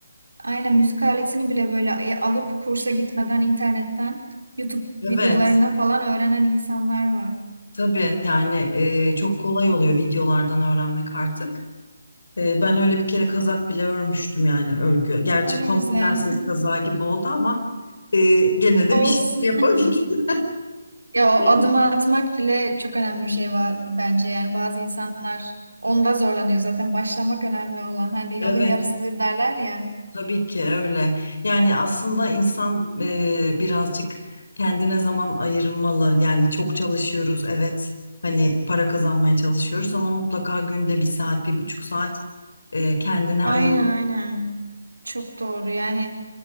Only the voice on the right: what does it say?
Aynen müzik aletini bile böyle e, alıp kursa gitmeden internetten YouTube
videolarına falan öğrenen insanlar var.
Aa, ne
güzel.
<laughs>
Olsun.
Ya
o adımı atmak bile çok önemli bir şey var bence. Yani bazı insanlar onda zorlanıyor. Zaten başlamak önemli olan. Hani
yolun yarısıdır derler ya.
Aynen
aynen. Çok doğru. Yani